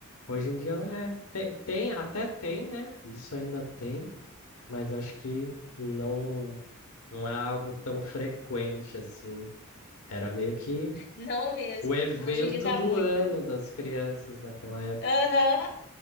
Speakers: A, on the left; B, on the left.
A: Hoje em dia, é, tem, tem, até tem, né? Isso ainda tem, mas acho que não, não é algo tão frequente, assim. Era meio que
B: Não mesmo.
A: o evento
B: Hoje em dia tá
A: do
B: muito.
A: ano das crianças naquela época.
B: Aham,